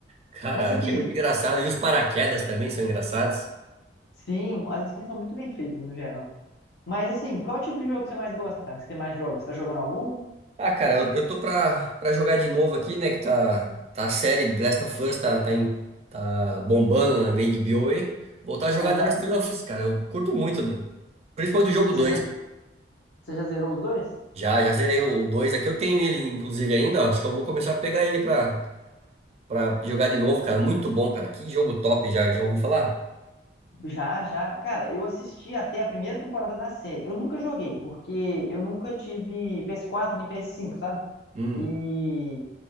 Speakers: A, on the right; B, on the left.
A: Cara,
B: Mas aqui,
A: achei muito engraçado. E os paraquedas também são engraçados.
B: sim, as skins são muito bem feitas no geral. Mas assim, qual é o tipo de jogo que você mais gosta, cara? Que você mais joga? Você tá jogando algum?
A: Ah, cara, eu, eu tô pra, pra jogar de novo aqui, né? Que tá, tá a série The Last of Us, tá, tá, em- tá bombando na na HBO aí. Voltar a jogar
B: Aham.
A: The Last of Us, cara. Eu curto muito, do- principalmente do jogo
B: Você
A: dois
B: já, você já zerou os dois?
A: Já, já zerei o 2 aqui. Eu tenho ele, inclusive, ainda. ó. Acho que eu vou começar a pegar ele pra, pra jogar de novo, cara. Muito bom, cara. Que jogo top. Já, já ouviu falar?
B: Já, já. Cara, eu assisti até a primeira temporada da série. Eu nunca joguei, porque eu nunca tive PS4 nem PS5, sabe?
A: Hum.
B: E